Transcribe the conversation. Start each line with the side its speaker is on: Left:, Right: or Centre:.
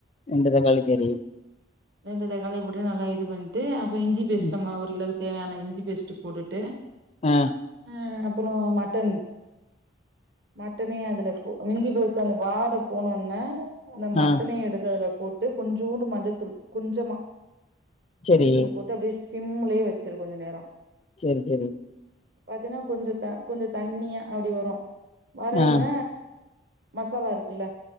Left: ரெண்டுதக்காளிச்சேரி
Right: ரெண்டு தக்காளிய போட்டு நல்லா இது பண்ணிட்டு அப்ப இஞ்சி பேஸ்ட்
Left: ம்
Right: நம்ம ஒரு <unintelligible> தேவையான இஞ்சி பேஸ்ட் போட்டுட்டு
Left: ஆ
Right: ஆ அப்புறோ மட்டன் மட்டனே அதுல போ மிஞ்சி போசு அந்த வாட போனோனே இந்த மட்டனையு
Left: ஆ
Right: எடுத்து அதுல போட்டு கொஞ்சூண்டு மஞ்சத்தூள் கொஞ்சமா
Left: செரி
Right: மஞ்சத்தூள் போட்டு அப்டியே சிம்லேயே வச்சிரு கொஞ்ச நேரோ
Left: செரி செரி
Right: பாத்தீன்னா கொஞ்ச த கொஞ்ச தண்ணியா அப்டி வரு வரையில
Left: ஆ
Right: மசாலா இருக்குல்ல